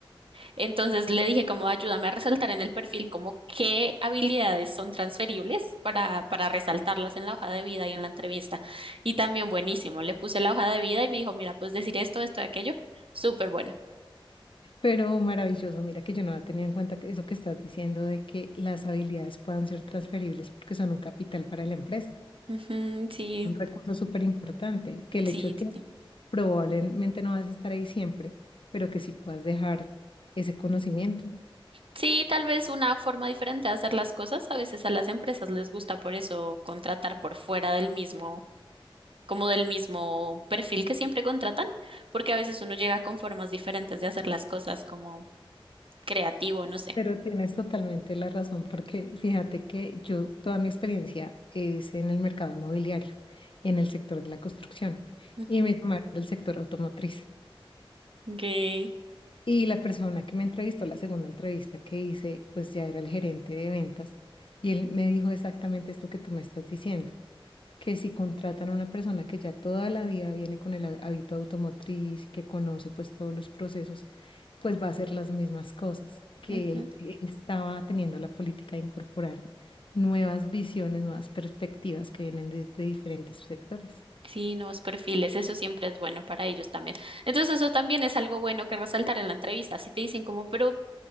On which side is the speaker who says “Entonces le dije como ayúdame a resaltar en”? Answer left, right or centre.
Right